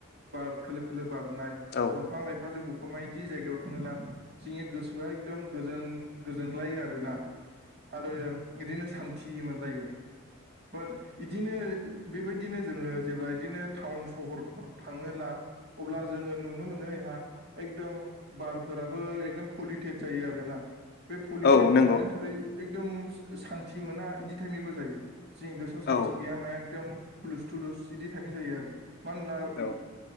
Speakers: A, on the right; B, on the left.
A: बार खोलो खोलो बारनाय
B: औ
A: दंफां लाइफां जोंबो समायदि जायगायाव थाङोला जोंनि गोसोआ एकदम गोजोन गोजोनग्लायो आरोना आरो इदिनो सान्थि मोनलायो बाट इदिनो बेबायदिनो जोङो जेब्ला इदिनो टाउन सहरफ्राव थाङोब्ला अब्ला जोङो नुनो मोनोहा एकदम बार फोराबो एकदम पलिउटेट जायो आरोना बे पलिटेट
B: औ नंगौ
A: जानायनि थाखाय एकदम सान्ति मोना इदि टाइमैबो जायो जोंनि गोसोआव सान्थि
B: औ
A: गैया माया एकदम हुलुस थुलुस इदि थानाय जायो आरो मानो ला
B: औ
A: इ